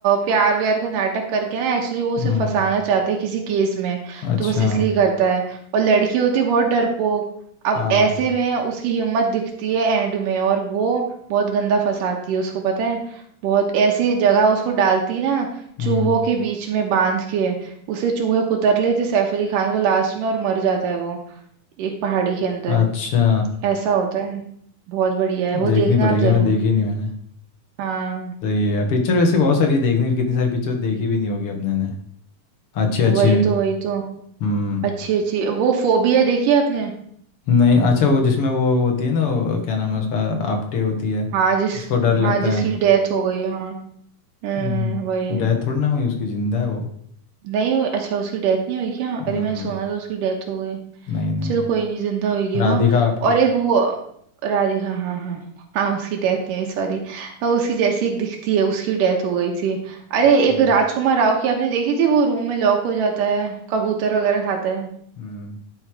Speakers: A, on the right (about 80°); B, on the left (about 55°).
A: प्यार व्यार का नाटक करके ना एक्चुअली वो उसे
B: हम्म
A: फंसाना चाहता है किसी केस में
B: अच्छा
A: तो बस इसलिए करता है और लड़की होती है बहुत डरपोक अब
B: हाँ
A: ऐसे में उसकी हिम्मत दिखती है एंड में और वो बहुत गंदा फंसाती है उसको पता है बहुत ऐसी जगह उसको डालती है ना
B: हम्म
A: चूहों के बीच में बांध के उसे चूहे कुतर लेते सैफ अली खान को लास्ट में और मर जाता है वो एक पहाड़ी के अंदर
B: अच्छा
A: ऐसा होता है बहुत बढ़िया है वो
B: देखनी
A: देखना
B: पड़ेगी
A: आप जरूर
B: मैं देखी नहीं मैंने
A: हाँ
B: सही है यार पिक्चर वैसे बहुत सारी है देखने की कितनी सारी पिक्चर देखी भी नहीं होगी अपने ने अच्छी अच्छी
A: वही
B: भी।
A: तो वही तो
B: हम्म
A: अच्छी अच्छी वो फोबिया देखी है आपने
B: नहीं अच्छा वो जिसमें वो होती है ना वो क्या नाम है उसका आपटे होती है
A: हाँ जिस
B: उसको डर लगता
A: हाँ जिसकी
B: है
A: डेथ हो गई है, हाँ हम्म,
B: हम्म
A: वही
B: डेथ थोड़ी ना हुई उसकी जिंदा है वो
A: नहीं हुई अच्छा उसकी डेथ नहीं हुई क्या
B: हम्म
A: अरे मैंने सुना था उसकी डेथ हो गई
B: नहीं नहीं
A: चलो कोई नहीं जिंदा होगी
B: राधिका
A: वो
B: आपटे
A: और एक वो राधिका हाँ हाँ हाँ उसकी डेथ नहीं हुई सॉरी उसकी जैसी एक दिखती है उसकी डेथ हो गई थी अरे
B: अच्छा
A: एक राजकुमार राव की आपने देखी थी वो रूम में लॉक हो जाता है कबूतर वगैरह खाता है
B: हम्म